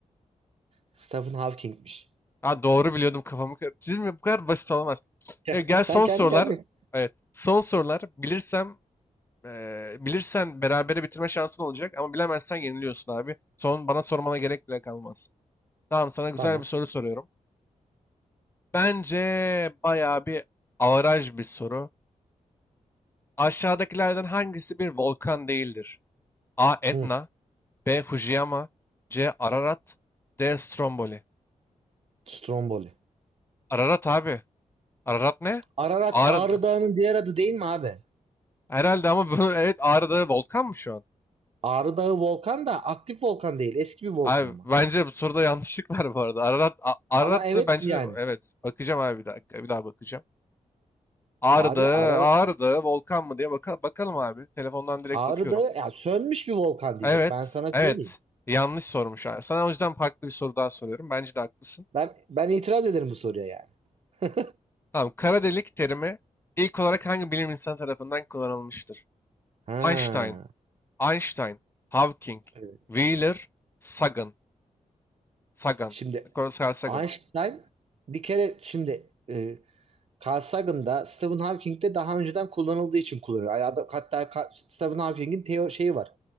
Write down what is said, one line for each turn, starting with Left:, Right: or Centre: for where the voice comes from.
Right: Stephen Hawking'miş.
Left: Ha doğru biliyordum kafamı. kır- Siz mi? Bu kadar basit olamaz.
Right: Ya,
Left: E, gel
Right: Sen
Left: son
Right: kendi
Left: sorular.
Right: kendine.
Left: Evet. Son sorular. Bilirsem e, bilirsen berabere bitirme şansın olacak ama bilemezsen yeniliyorsun abi. Son bana sormana gerek bile kalmaz. Tamam sana güzel
Right: Tamam.
Left: bir soru soruyorum. Bence bayağı bir avaraj bir soru. Aşağıdakilerden hangisi bir volkan değildir? A. Etna
Right: Hı,
Left: B. Fujiyama C. Ararat D. Stromboli
Right: Stromboli.
Left: Ararat abi. Ararat ne?
Right: Ararat
Left: Ağrı.
Right: Ağrı Dağı'nın diğer adı değil mi abi?
Left: Herhalde ama bu <laughs> evet Ağrı'da volkan mı şu an?
Right: Ağrı Dağı volkan da aktif volkan değil. Eski bir volkan
Left: Abi
Right: ama.
Left: bence bu soruda yanlışlık var bu arada. Ararat, A- Ararat
Right: Ama evet
Left: da bence
Right: yani.
Left: de evet. Bakacağım abi bir dakika. Bir daha bakacağım. Ağrı
Right: Abi
Left: Dağı,
Right: ara,
Left: Ağrı Dağı volkan mı diye baka- bakalım abi. Telefondan direkt
Right: Ağrı
Left: bakıyorum.
Right: Dağı ya sönmüş bir volkan diyecek.
Left: Evet,
Right: Ben sana
Left: evet.
Right: söyleyeyim.
Left: Yanlış sormuş. ha. Sana o yüzden farklı bir soru daha soruyorum. Bence de haklısın.
Right: Ben ben itiraz ederim bu soruya yani. <laughs>
Left: Tamam, kara delik terimi ilk olarak hangi bilim insanı tarafından kullanılmıştır?
Right: Ha.
Left: Einstein, Einstein, Hawking,
Right: Evet.
Left: Wheeler, Sagan. Sagan.
Right: Şimdi
Left: Carl Sagan.
Right: Einstein bir kere şimdi e, Carl Sagan'da Stephen Hawking'de daha önceden kullanıldığı için kullanıyor. Ya da- Hatta Ka- Stephen Hawking'in teo şeyi var.